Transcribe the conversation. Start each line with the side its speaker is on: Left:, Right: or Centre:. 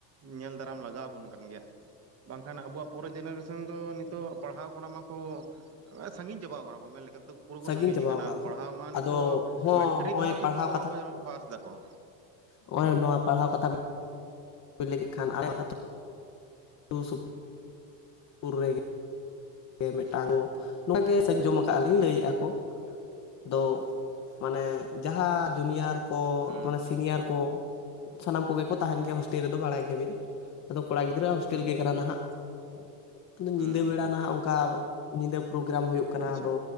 Right: ᱧᱮᱞ ᱫᱟᱨᱟᱢ ᱞᱟᱜᱟᱣ ᱟᱵᱚᱱ ᱠᱟᱱ ᱜᱮᱭᱟ ᱾ ᱵᱟᱝᱠᱷᱟᱱ ᱟᱵᱳᱣᱟᱜ ᱯᱚᱨᱮ ᱡᱮᱱᱟᱨᱮᱥᱮᱱ ᱫᱚ ᱱᱤᱛᱚᱜ ᱯᱟᱲᱦᱟᱣ ᱠᱷᱚᱱᱟᱜ ᱢᱟᱠᱚ ᱥᱟᱹᱜᱤᱧ ᱪᱟᱵᱟᱣ ᱠᱟᱱᱟ ᱠᱚ ᱢᱮᱱ ᱞᱮᱠᱟ ᱫᱳ ᱾ ᱯᱩᱨᱟᱹ
Left: ᱥᱟᱺᱜᱤᱧ
Right: ᱠᱚ ᱥᱟᱹᱜᱤᱧ
Left: ᱪᱟᱵᱟᱣ
Right: ᱠᱟᱱᱟ
Left: ᱟᱠᱟᱜᱼᱟ
Right: ᱾ ᱯᱟᱲᱦᱟᱣ
Left: ᱠᱚ
Right: ᱢᱟ ᱱᱤᱛᱳᱜ
Left: ᱟᱫᱚ
Right: ᱢᱮᱴᱨᱤᱠ
Left: ᱦᱚᱸᱜᱼᱚᱭ
Right: ᱦᱚᱸ ᱴᱷᱤᱠ
Left: ᱯᱟᱲᱦᱟᱣ
Right: ᱢᱚᱛᱚ ᱵᱟᱝᱠᱚ ᱯᱟᱥ ᱫᱟᱠᱚ ᱾
Left: ᱱᱚᱜ ᱚᱭ ᱱᱚᱣᱟ ᱯᱟᱲᱦᱟᱣ ᱠᱟᱛᱷᱟ ᱦᱩᱭ ᱞᱟᱹᱜᱤᱫ ᱠᱷᱟᱱ ᱟᱛ <unintelligible> ᱥᱩ ᱥᱩᱯ ᱯᱩᱨ ᱨᱮᱜᱮ ᱢᱮᱫᱴᱟᱝ
Right: ᱦᱩᱸ
Left: ᱱᱚᱣᱟᱜᱮ ᱥᱮ ᱟᱡᱚᱢ ᱠᱟᱜᱼᱟ ᱞᱤᱧ
Right: ᱦᱩᱸ
Left: ᱞᱟᱹᱭᱮᱜᱼᱟ ᱠᱚ ᱟᱫᱚ ᱢᱟᱱᱮ ᱡᱟᱸᱦᱟ ᱡᱩᱱᱤᱭᱟᱨ ᱠᱚ
Right: ᱦᱩᱸ
Left: ᱢᱟᱱᱮ ᱥᱤᱱᱤᱭᱟᱨ ᱠᱚ ᱥᱟᱱᱟᱢ ᱠᱳᱜᱮ ᱠᱚ ᱛᱟᱦᱮᱱ ᱜᱮᱭᱟ ᱦᱳᱥᱴᱮᱞ ᱨᱮᱫᱚ ᱵᱟᱲᱟᱭ ᱜᱮᱭᱟᱵᱤᱱ ᱾ ᱟᱫᱚ ᱠᱚᱲᱟ ᱜᱤᱫᱽᱨᱟᱹ ᱟᱜ ᱦᱳᱥᱴᱮᱞ
Right: ᱦᱩᱸ
Left: ᱜᱮ
Right: ᱦᱩᱸ
Left: ᱠᱟᱱᱟ ᱱᱟᱦᱟᱜ ᱾ ᱟᱫᱚ
Right: ᱦᱩᱸ
Left: ᱧᱤᱫᱟᱹ
Right: ᱦᱩᱸ
Left: ᱵᱮᱲᱟ
Right: ᱦᱩᱸ
Left: ᱱᱟᱦᱟᱜ ᱚᱱᱠᱟ ᱧᱤᱫᱟᱹ ᱯᱨᱳᱜᱨᱟᱢ ᱦᱳᱭᱳᱜ ᱠᱟᱱᱟ
Right: ᱟᱪᱪᱷᱟ
Left: ᱟᱫᱚ